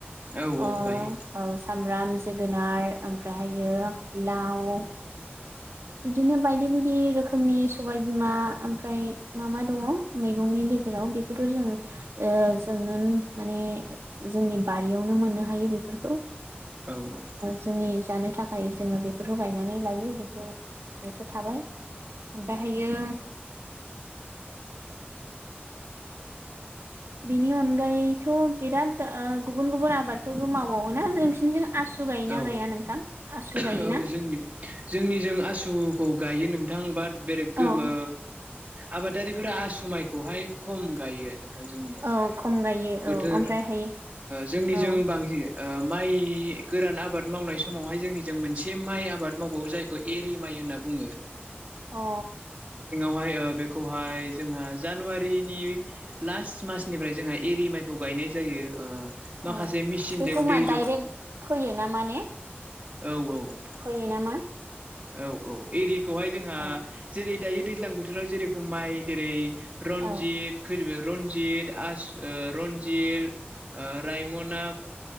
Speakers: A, on the right; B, on the right.
A: औ औ
B: अ
A: गायो
B: औ सामब्राम जोगोनार ओमफ्रायहायो लाव बिदिनो बायदि बायदि रोखोमनि सबाय बिमा ओमफ्राय मा मा दङ मैगंनि गेजेराव बेखौथ' जों जोंनो माने जोंनि बारियावनो मोननो हायो बेफोरखौ
A: औ औ
B: जोंनि जानो थाखाय जोङो बेखौथ' गायनानै लायो बेखौ बेथ' थाबाय ओमफ्रायहायो बिनि अनगायैथ' बिराद गुबुन गुबुन आबादफोरबो मावबावोना नोंसिनिजों आसु गायोना
A: औ
B: गाया नोंथां आसु गायोना
A: औ जोंनि जोंनिजों <unintelligible> गायो नोंथां बााद बेरे गोमो
B: औ
A: आबादारिफोरा आसुमायखौहाय खम गायो जोंनियावहाय
B: औ खम गायो
A: बोथोर
B: औ ओमफ्रायहाय
A: जोंनिजों
B: औ
A: बांसिन ओ माइ गोदान आबाद मावनाय समावहाय जोंनि ज मोनसे माइ आबाद मावबावो जायखौ एरि माइ होनना बुङो
B: अ
A: बेहाय जोंहा जानुवारिनि ला मनिफ्राय जोंहा एरि माइखौ गाय यनाय जायो माखासे
B: अ
A: मेसिनजों
B: बेखौ मा
A: दै
B: डाइरेक्ट फैयो ना माने
A: औ‌ औ नोंथां
B: फैयो नामा
A: औ औ एरिखौहाय जोंहा
B: औ
A: जेरै दायो दैज्लां बोथोराव जेरै माय जेरै रनजित
B: औ
A: <unintelligible> जित आस ओ रनजित ओ रायमना